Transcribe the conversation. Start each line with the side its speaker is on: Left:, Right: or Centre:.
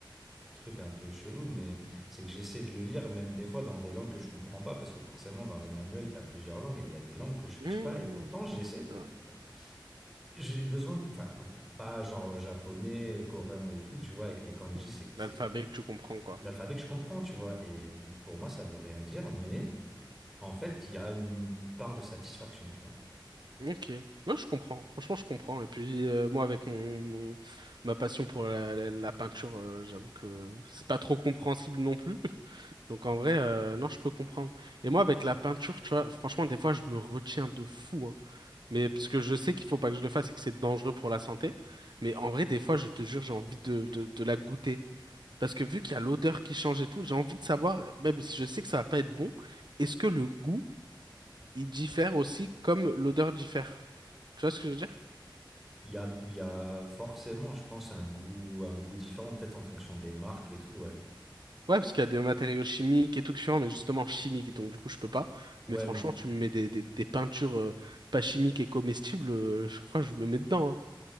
Centre: truc un peu chelou, mais c'est que j'essaie de le lire même des fois dans des langues que je comprends pas, parce que forcément dans les manuels, tu as plusieurs langues et il y a des langues que je pige
Right: Mmh.
Centre: pas, et pourtant j'essaie de...
Right: C'est vrai.
Centre: J'ai besoin de... Enfin, en tout- pas genre japonais, coréen et tout, tu vois, avec les kanji,
Right: Ouais.
Centre: c'est que c'est...
Right: L'alphabet que tu comprends, quoi.
Centre: L'alphabet que je comprends, tu vois, et pour moi ça veut rien dire, mais en fait il y a une part de satisfaction, tu vois.
Right: Ok. Moi, je comprends. Franchement, je comprends. Et puis, euh, moi, avec mon, mon- ma passion pour la, la- la peinture, euh, j'avoue que c'est pas trop compréhensible non plus. <laughs> Donc, en vrai, euh, non, je peux comprendre. Et moi, avec la peinture, tu vois, franchement, des fois, je me retiens de fou, hein. Mais parce que je sais qu'il faut pas que je le fasse et que c'est dangereux pour la santé. Mais en vrai, des fois, je te jure, j'ai envie de, de, de la goûter. Parce que vu qu'il y a l'odeur qui change et tout, j'ai envie de savoir, même si je sais que ça va pas être bon, est-ce que le goût il diffère aussi comme l'odeur diffère. Tu vois ce que je veux dire?
Centre: Il y a, il y a forcément, je pense, un goût, un goût différent, peut-être en fonction des marques et tout, ouais.
Right: Ouais, parce qu'il y a des matériaux chimiques et tout différents, mais justement chimiques, donc du coup je peux pas.
Centre: Ouais,
Right: Mais franchement,
Centre: non.
Right: tu me mets des, des, des peintures euh, pas chimiques et comestibles, euh, je crois que je me mets dedans. hein.